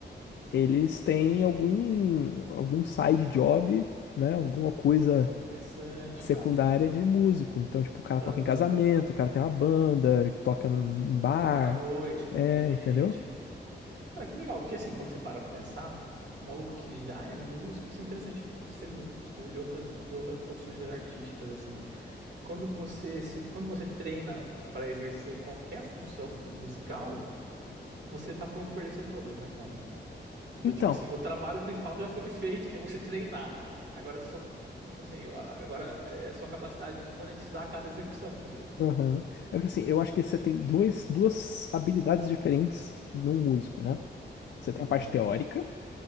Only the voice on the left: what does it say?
eles têm algum, algum side job, né? Alguma coisa
secundária
de músico. Então, tipo, o cara
toca em casamento, o cara tem uma banda, toca em bar.
É, entendeu?
Então,
aham. É porque assim, eu acho que você tem dois, duas habilidades diferentes num músico, né? Você
tem a parte teórica,